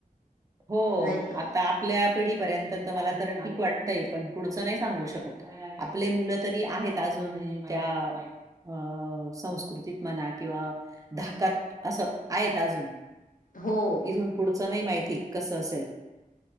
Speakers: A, on the right (about 25°); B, on the left (about 65°).
A: होव
B: नाही का
A: आता आपल्या पिढीपर्यत तर मला तर ठीक वाटतय पण पुढच नाही सांगु शकत आपले मुल तरी आहेत अजुन त्या अ अं संस्कृतीत म्हणा किंवा धाकात अस आहेत अजुन
B: हो
A: इथुन पुढच नाही माहिती कस असेल